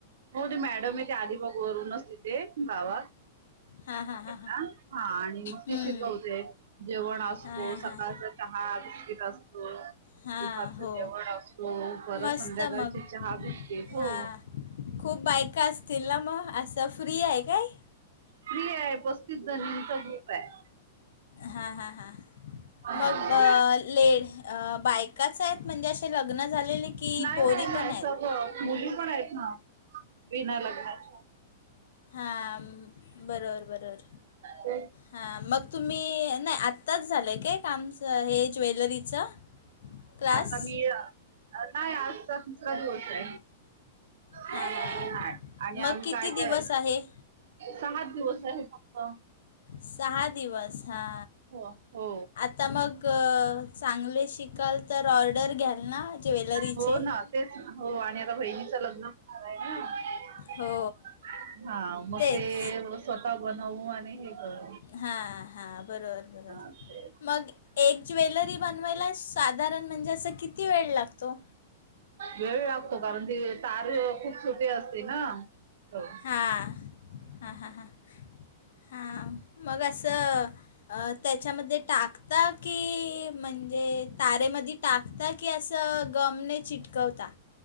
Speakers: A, on the right (about 65°); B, on the left (about 80°).
A: हो ते मॅडम आहे ते आधी बघ वरूनच तिथे गावात
B: हां हां हां हां
A: हा आणिी
B: हम्म.
A: शिकवते जेवण असतो
B: हां हां
A: सकाळ चहा दकीत असतो
B: हां
A: उपारच
B: हो
A: जवण असतो पर
B: मस्त
A: संध्याकाळची
B: मग
A: चहा भिकते हो
B: हां खूप बायका असतील ना मग असं फ्री आहे काय
A: स््री आहे पस्तीस जणांचा ग्रुप आहे
B: हां हां हां
A: हा
B: मग लेड बाईक एकाच आहेत म्हणजे असे लग्न झालेले की
A: नाही
B: पोरी
A: नाही नाही
B: पण आहेत
A: सगळं मुली पण आहेत ना विना लग्नाच्या
B: हा बरोबर बरोबर
A: तेच
B: हां मग तुम्ही नाही आत्ताच झालं आहे का कामचं हे ज्वेलरीचं क्लास
A: आता मी अ, नाही आजचा तिसरा दिवस आहे ह
B: हां हां
A: आणि
B: मग
A: आम
B: किती
A: काय काय
B: दिवस आहे
A: सात दिवस आहे फक्त
B: सहा दिवस हा
A: हो हो
B: आता मग चांगले शिकाल तर ऑर्डर घ्याल ना ज्वेलरीचे
A: हो ना तेच हो आणि आता बहिणीचं लग्न प होणार आहे ना
B: हो
A: हा मग
B: तेच
A: ते स्वतः बनवू आणि हे कर
B: हां हां, बरोबर बरोबर
A: ते.
B: मग एक ज्वेलरी बनवायला साधारण म्हणजे असं किती वेळ लागतो?
A: वेळ लागतो कारण, ती तार खूप छोटी असते ना. हो
B: हा हा हा हा. हा, मग असं त्याच्यामध्ये टाकता की म्हणजे, तारेमध्ये टाकता की असं गमने चिटकवता?